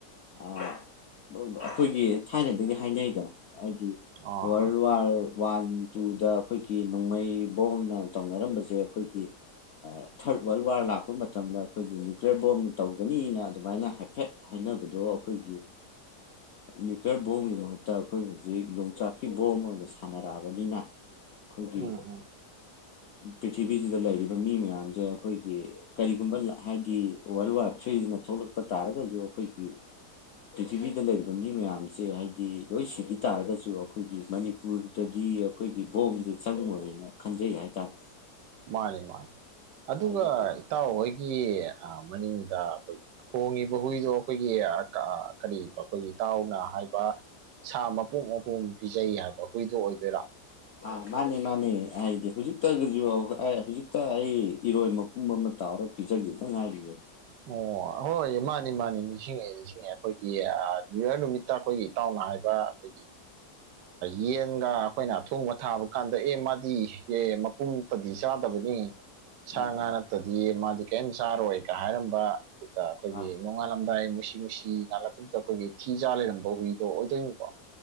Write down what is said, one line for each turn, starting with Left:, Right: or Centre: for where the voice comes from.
Left: ꯑꯩꯈꯣꯏꯒꯤ ꯊꯥꯏꯅꯗꯒꯤ ꯍꯥꯏꯅꯩꯗꯅ ꯍꯥꯏꯗꯤ
Right: ꯑꯥ
Left: ꯋꯔꯥꯜ
Right: ꯑꯥ
Left: ꯋꯥꯔ ꯋꯥꯟ ꯇꯨꯗ ꯑꯩꯈꯣꯏꯒꯤ ꯅꯣꯡꯃꯩꯕꯣꯝꯅ ꯇꯧꯅꯔꯝꯕꯖꯦ ꯑꯩꯈꯣꯏꯒꯤ ꯊꯔꯠ ꯋꯥꯔꯜ ꯋꯥꯔ ꯂꯥꯛꯄ ꯃꯇꯝꯗ ꯑꯩꯈꯣꯏꯒꯤ ꯅ꯭ꯌꯨꯀ꯭ꯌꯔ ꯕꯣꯝꯅ ꯇꯧꯒꯅꯤꯅ ꯑꯗꯨꯃꯥꯏꯅ ꯍꯥꯏꯐꯦꯠ ꯍꯥꯏꯅꯕꯗꯣ ꯑꯩꯈꯣꯏꯒꯤ ꯅ꯭ꯌꯨꯀ꯭ꯂꯤꯌꯔ ꯕꯣꯝꯒꯤ ꯃꯍꯨꯠꯇ ꯑꯩꯈꯣꯏ ꯍꯧꯖꯤꯛ ꯌꯣꯡꯆꯥꯛꯀꯤ ꯕꯣꯝ ꯑꯣꯏꯅ ꯁꯥꯟꯅꯔꯛꯑꯕꯅꯤꯅ ꯑꯩꯈꯣꯏꯒꯤ
Right: ꯎꯝ ꯎꯝ
Left: ꯄ꯭ꯔꯤꯊꯤꯕꯤꯁꯤꯗ ꯂꯩꯔꯤꯕ ꯃꯤ ꯃꯌꯥꯝꯖꯦ ꯑꯩꯈꯣꯏꯒꯤ ꯀꯔꯤꯒꯨꯝꯕ ꯍꯥꯏꯗꯤ ꯋꯥꯔꯜ ꯋꯥꯔ ꯊ꯭ꯔꯤꯖꯤꯅ ꯊꯣꯛꯂꯛꯄ ꯇꯥꯔꯒꯖꯨ ꯑꯩꯈꯣꯏꯒꯤ ꯄ꯭ꯔꯤꯊꯤꯕꯤꯗ ꯂꯩꯔꯤꯕ ꯃꯤ ꯃꯌꯥꯝꯁꯦ ꯍꯥꯏꯗꯤ ꯂꯣꯏ ꯁꯤꯒꯤ ꯇꯥꯔꯒꯁꯨ ꯑꯩꯈꯣꯏꯒꯤ ꯃꯅꯤ ꯄꯨꯔꯗꯗꯤ ꯑꯩꯈꯣꯏꯒꯤ ꯕꯣꯝꯁꯦ ꯆꯪꯉꯣꯏꯅ ꯈꯟꯖꯩ ꯍꯥꯏꯇꯥꯔꯦ
Right: ꯃꯥꯅꯦ ꯃꯥꯅꯦ ꯑꯗꯨꯒ
Left: ꯑꯗꯨꯗꯨꯅ
Right: ꯏꯇꯥꯎꯍꯣꯏꯒꯤ ꯃꯅꯤꯡꯗ ꯑꯩꯈꯣꯏꯒꯤ ꯈꯣꯡꯉꯤꯕ ꯍꯨꯏꯗꯣ ꯑꯩꯈꯣꯏꯒꯤ ꯀꯔꯤ ꯑꯩꯈꯣꯏꯒꯤ ꯇꯥꯎꯅ ꯍꯥꯏꯕ ꯁꯥ ꯃꯄꯨꯡ ꯃꯄꯨꯡ ꯄꯤꯖꯩ ꯍꯥꯏꯕ ꯍꯨꯏꯗꯣ ꯑꯣꯏꯗꯣꯏꯔꯥ
Left: ꯑꯥ ꯃꯥꯅꯦ ꯃꯥꯅꯦ ꯍꯥꯏꯗꯤ ꯍꯧꯖꯤꯛꯇꯒꯖꯨ ꯍꯧꯖꯤꯛꯇ ꯑꯩ ꯏꯔꯣꯏ ꯃꯄꯨꯝꯕ ꯑꯃ ꯇꯥꯎꯔ ꯄꯤꯖꯒꯤꯕꯗ ꯉꯥꯏꯔꯤꯌꯦ
Right: ꯑꯣ ꯍꯣꯏ ꯃꯥꯅꯤ ꯃꯥꯅꯤ ꯅꯤꯡꯁꯤꯡꯉꯦ ꯅꯤꯡꯁꯤꯡꯉꯦ ꯑꯩꯈꯣꯏꯒꯤ ꯅ꯭ꯌꯨꯔ ꯅꯨꯃꯤꯠ ꯏꯇꯥꯈꯣꯏꯒꯤ ꯏꯇꯥꯎꯅ ꯍꯥꯏꯕ ꯑꯩꯈꯣꯏꯒꯤ ꯌꯦꯟꯒ ꯑꯩꯈꯣꯏꯅ ꯑꯊꯣꯡꯕ ꯊꯥꯕ ꯀꯥꯟꯗ ꯑꯦ ꯃꯥꯗꯤ ꯃꯄꯨꯝ ꯇꯗꯤ ꯆꯥꯗꯕꯅꯤ ꯁꯥ
Left: ꯎꯝ
Right: ꯉꯥ ꯅꯠꯇꯗꯤ ꯃꯥꯗꯤ ꯀꯔꯤꯝ ꯆꯥꯔꯣꯏꯒ ꯍꯥꯏꯔꯝꯕ ꯑꯗꯨꯒ ꯑꯩꯈꯣꯏꯒꯤ
Left: ꯎꯝ
Right: ꯅꯣꯡꯉꯥꯜꯂꯝꯗꯥꯏ ꯃꯨꯁꯤ ꯃꯨꯁꯤ ꯉꯥꯜꯂꯛꯄꯗꯨꯗ ꯑꯩꯈꯣꯏꯒꯤ ꯊꯤ ꯆꯥ ꯂꯩꯔꯝꯕ ꯍꯨꯏꯗꯣ ꯑꯣꯏꯗꯣꯏꯅꯤꯀꯣ